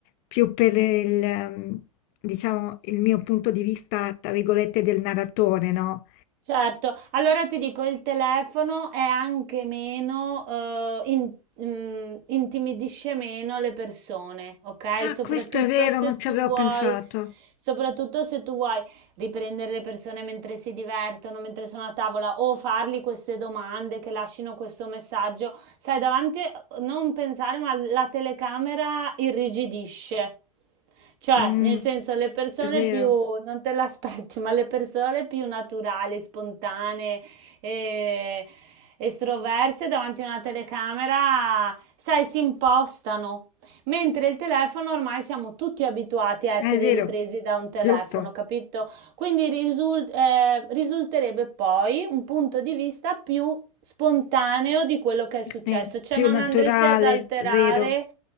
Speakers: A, on the left; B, on the right.
A: più per il, mm, diciamo, il mio punto di vista, tra virgolette, del narratore, no?
B: Certo, allora ti dico, il telefono è anche meno, eh, in- mm, intimidisce meno le persone, ok?
A: Ah,
B: Soprattutto
A: questo è vero,
B: se
A: non ci
B: tu
A: avevo
B: vuoi,
A: pensato.
B: soprattutto se tu vuoi riprendere le persone mentre si divertono, mentre sono a tavola, o fargli queste domande che lasciano questo messaggio, sai, davanti, non pensare, ma la telecamera irrigidisce. Cioè,
A: Mh,
B: nel senso, le persone
A: è vero,
B: più, non te l'aspetti, <laughs> ma le persone più naturali, spontanee, eh, estroverse davanti a una telecamera, sai, si impostano. Mentre il telefono ormai siamo tutti abituati a essere
A: eh, è vero,
B: ripresi da un telefono,
A: giusto.
B: capito? Quindi risul- eh, risulterebbe poi un punto di vista più spontaneo di quello che è successo,
A: Sì,
B: cioè
A: più
B: non
A: naturale,
B: andresti ad alterare
A: vero.